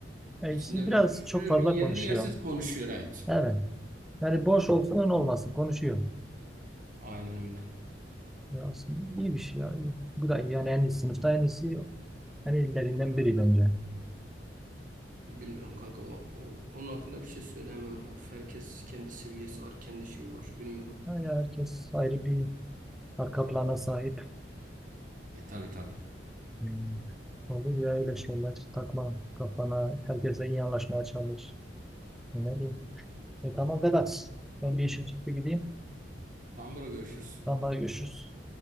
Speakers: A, in the centre; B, on the right.
A: eksiği
B: İçinde
A: biraz
B: böyle sürekli
A: çok fazla
B: yerli
A: konuşuyor.
B: yersiz konuşuyor evet.
A: Evet. Yani boş olsun olmasın konuşuyor.
B: Aynen öyle.
A: Ya aslında iyi bir şey ya. iyi. Bu da iyi. yani en iyi sınıfta en iyisi en iyilerinden biri bence.
B: Bilmiyorum kanka o, o- onun hakkında bir şey söyleyemem ya. Herkes kendi seviyesi var, kendi şeyi var. Bilmiyorum.
A: Ha ya herkes ayrı bir arka plana sahip.
B: E tabii tabii.
A: Hmm. Olur ya öyle şeyler takma kafana. Herkese iyi anlaşmaya çalış. Ne bileyim. E, tamam Vedat. Ben bir işe çıktı gideyim.
B: Tamam bro görüşürüz.
A: Tamam hadi görüşürüz.